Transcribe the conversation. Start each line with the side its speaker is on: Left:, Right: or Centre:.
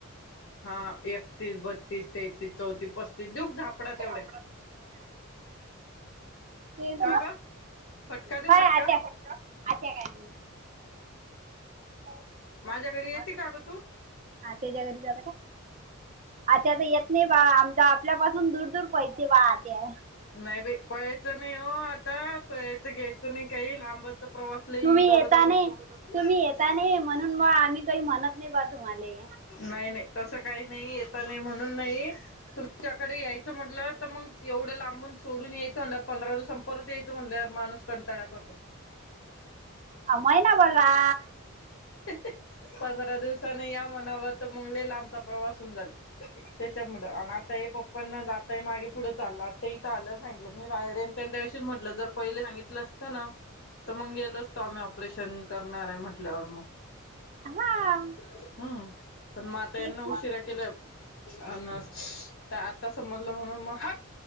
Left: हा एकतीस बत्तीस तेहतीस चौतीस पस्तीस दूघ झापडा तेवढ्या
Right: <unintelligible> एक <inaudible>
Left: का ग फटका देऊ
Right: काय
Left: फटका
Right: आत्या अत्या काय म <unintelligible>
Left: माझ्या घरी येते
Right: हा
Left: का ग तू
Right: त्याच्या घरी जात का? अत्या येत नाही बा आमचा आपल्यापासून दूर दूर पैसे बा आत्या
Left: नाही बाई पळायचं नाही हो आता पळायच घ्यायचं नाही काही लांबाच प्रवास लई
Right: तुम्ही
Left: दोघं
Right: येता
Left: दोघं
Right: नाही तुम्ही येता नाही म्हणून म आम्ही काही म्हणत नाही बा तुम्हाले
Left: नाही-नाही तसं काही नाही येता नाही म्हणून नाही तुमच्याकडे यायचं म्हटलं तर मग एवढं लांबून सोडून यायचं म्हणलं पंधरा दिवसां परत यायचं म्हणलं माणूस कंटाळा करतो.
Right: अ मयनाभर रहा
Left: हह पंधरा दिवस तनाही या मनाव तमंग लई लांबचा प्रवास होवूनजाल त्याच्यामुळे अन् आता हे पप्पाना दा आता मागे पुढं चाललं आता इथ आलं सांगितलं मी रायरेनतेल दिवशी म्हटलं जर पहिले सांगितलं असतं ना तमंग गेलो असतो आम्ही ऑपरेशन करणार आहे म्हटल्यावर मग
Right: हा,
Left: हम्म पण मआता
Right: तेच
Left: यांना
Right: ना.
Left: उशिरा केला आपण अन तर आता समजलं म्हणून मग हाट